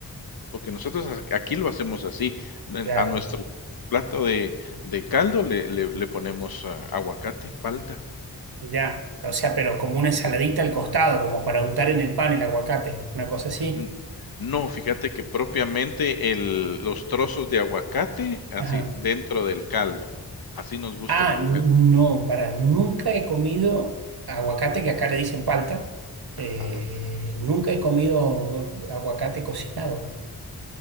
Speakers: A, on the left; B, on the right.
A: Porque nosotros ac aquí lo hacemos así, n
B: claro,
A: a nuestro plato de de caldo le le le ponemos, ah, aguacate, palta.
B: ya. O sea, pero como una ensaladita al costado, como para untar en el pan el aguacate, una cosa así.
A: N no, fíjate que propiamente el los trozos de aguacate así
B: Ajá.
A: dentro del caldo. Así nos gusta
B: Ah,
A: comerlo,
B: no,
A: fíjate.
B: para, nunca he comido aguacate, que acá le dicen palta. Eh,
A: Ajá.
B: nunca he comido aguacate cocinado.